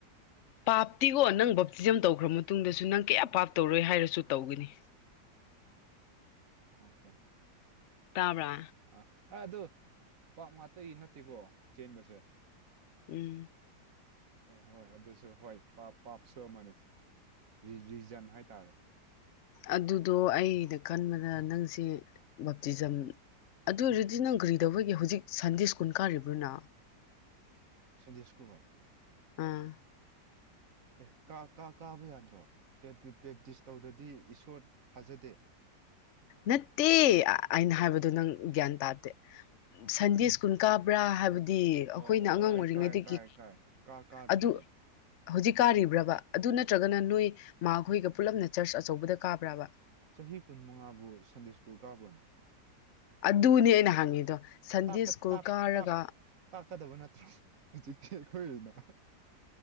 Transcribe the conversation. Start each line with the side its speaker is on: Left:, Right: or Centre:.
Left: ꯄꯥꯞꯇꯤꯀꯣ ꯅꯪ ꯕꯞꯇꯤꯖꯝ ꯇꯧꯈ꯭ꯔ ꯃꯇꯨꯡꯗꯁꯨ ꯅꯪ ꯀꯌꯥ ꯄꯥꯞꯇꯧꯔꯣꯏ ꯍꯥꯏꯔꯁꯨ ꯇꯧꯒꯅꯤ
Right: ꯑꯣꯀꯦ
Left: ꯇꯥꯕ꯭ꯔꯥ
Right: ꯑꯥ ꯑꯗꯨ ꯄꯥꯥꯛ ꯉꯥꯛꯇꯒꯤ ꯅꯠꯇꯦꯀꯣ ꯆꯦꯟꯕꯁꯦ
Left: ꯎꯝ
Right: ꯍꯣꯏ ꯑꯗꯨꯁꯨ ꯍꯣꯏ ꯄ ꯄꯥꯞꯁꯨ ꯑꯃꯅꯤ ꯔꯤꯖꯟ ꯍꯥꯏꯇꯥꯔꯦ
Left: ꯑꯗꯨꯗꯣ ꯑꯩꯅ ꯈꯟꯕꯗ ꯅꯪꯁ ꯕꯞꯇꯤꯖꯝ ꯑꯗꯨ ꯑꯣꯏꯔꯗꯤ ꯅꯪ ꯀꯔꯤꯗꯧꯕꯒꯤ ꯍꯧꯖꯤꯛ ꯁꯟꯗꯦ ꯁ꯭ ꯀꯨꯟ ꯀꯥꯔꯤꯕ꯭ꯔꯣꯅ
Right: ꯁꯟꯗꯦ ꯁꯀꯨꯜ
Left: ꯎꯝ
Right: ꯑꯦ ꯀꯥ ꯀꯥ ꯀꯥꯕ ꯌꯥꯗ꯭ꯔꯣ ꯄ꯭ꯔꯦꯞꯇꯤꯁ ꯇꯧꯗꯗꯤ ꯏꯁꯣꯔ ꯊꯥꯖꯗꯦ
Left: ꯅꯠꯇꯦ ꯑꯩꯅ ꯍꯥꯏꯕꯗꯨ ꯅꯪ ꯒ꯭ꯌꯥꯟ ꯇꯥꯗꯦ ꯁꯟꯗꯦ ꯁ꯭ꯀꯨꯟ ꯀꯥꯕ꯭ꯔꯥ ꯍꯥꯏꯕꯗꯤ ꯗꯤ
Right: ꯑꯣ
Left: ꯑꯩꯈꯣꯏꯅ
Right: ꯑꯣ
Left: ꯑꯉꯥꯡ
Right: ꯑꯩ
Left: ꯑꯣꯏꯔꯤꯉꯩꯗꯒꯤ
Right: ꯀꯥꯏ ꯀꯥꯏ ꯀꯥꯏ ꯀꯥ ꯀꯥꯗ꯭ꯔꯗꯤ
Left: ꯑꯗꯨ ꯍꯧꯖꯤꯛ ꯀꯥꯔꯤꯕ꯭ꯔꯕ ꯑꯗꯨ ꯅꯠꯇ꯭ꯔꯒꯅ ꯅꯣꯏ ꯃꯥꯈꯣꯏꯒ ꯄꯨꯜꯂꯞꯅ ꯆꯔꯆ ꯑꯆꯧꯕꯗ ꯀꯥꯕ꯭ꯔꯕ
Right: ꯆꯍꯤ ꯀꯨꯟ ꯃꯉꯥꯕꯨ ꯁꯟꯗꯦ ꯁ꯭ꯀꯨꯜ ꯀꯥꯞꯄ꯭ꯔꯅ
Left: ꯑꯗꯨꯅꯦ ꯑꯩꯅ ꯍꯪꯉꯤꯗꯣ ꯁꯟꯗꯦ
Right: ꯇꯥꯛꯀ
Left: ꯁ꯭ꯀꯨꯜ
Right: ꯇꯥꯛ
Left: ꯀꯥꯔꯒ
Right: ꯇꯥꯛ ꯇꯥꯛꯀꯗꯕ ꯅꯠꯇ꯭ꯔꯣ ꯍꯧꯖꯤꯛꯇꯀꯤ ꯑꯩꯈꯣꯏ ꯑꯣꯏꯅ